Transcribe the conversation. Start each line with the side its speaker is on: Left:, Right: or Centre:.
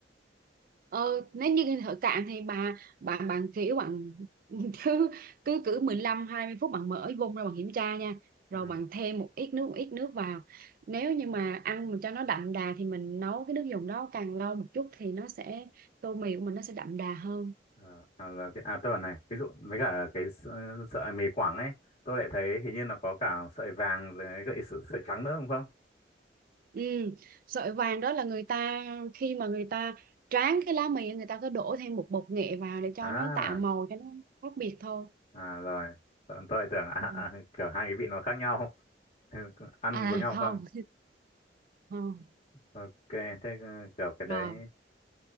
Right: Ờ, nếu như thợ cạn thì bà bạn bạn kiểu bạn <laughs> cứ cứ cứ mười lăm hai mươi phút bạn mở vung ra bạn kiểm tra nha rồi
Left: ừ
Right: bạn thêm một ít nước một ít nước vào nếu như mà ăn mà cho nó đậm đà thì mình nấu cái nước dùng đó càng lâu một chút thì nó sẽ tô mì của mình nó sẽ đậm đà hơn
Left: Ờ, à, là cái, à tôi bảo này ví dụ với cả cái s- ờ, sợi mì Quảng ấy tôi lại thấy hình như nó có cả sợi vàng với cả sợi, sợi trắng nữa đúng không
Right: ừ. Sợi vàng đó là người ta khi mà người ta tráng cái lá mì người ta cứ đổ thêm một bột nghệ vào để cho
Left: à
Right: nó tạo màu cho nó khác biệt thôi
Left: à rồi tôi, tôi lại tưởng à,
Right: ừ.
Left: à, kiểu hai cái vị nó khác nhau <laughs> ăn
Right: à
Left: giống nhau
Right: không
Left: không
Right: không
Left: ok thế ừ, kiểu cái đấy
Right: rồi